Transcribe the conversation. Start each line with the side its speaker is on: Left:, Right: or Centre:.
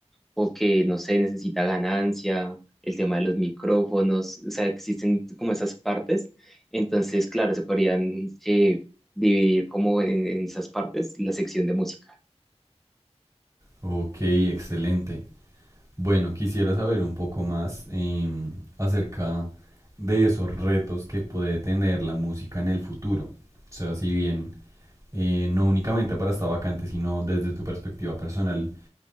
Centre: o que, no sé, necesita ganancia. el tema de los micrófonos, o sea, existen como esas partes, entonces, claro, se podrían eh, dividir como en en esas partes la sección de música.
Right: Ok, excelente. Bueno, quisiera saber un poco más em, acerca de esos retos que puede tener la música en el futuro. O sea, si bien eh, no únicamente para esta vacante, sino desde tu perspectiva personal,